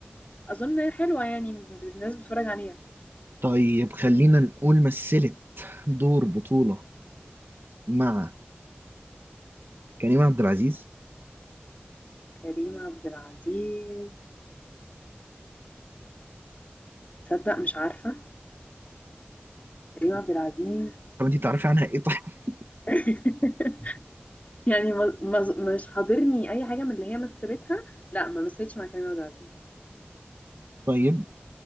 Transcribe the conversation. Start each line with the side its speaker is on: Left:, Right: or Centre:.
Left: اظن حلوه يعني الناس بتتفرج عليها
Right: طيب خلينا نقول مثلت دور بطولة مع كريم عبد العزيز
Left: كريم عبد العزيز تصدق مش عارفه كريم عبد العزيز
Right: طب انت تعرفي عنها ايه طيب <laughs>
Left: <laughs> يعني ما ما- مش حاضرني اي حاجه من اللي هي مثلتها لا ما مثلتش مع كريم عبد العزيز
Right: طيب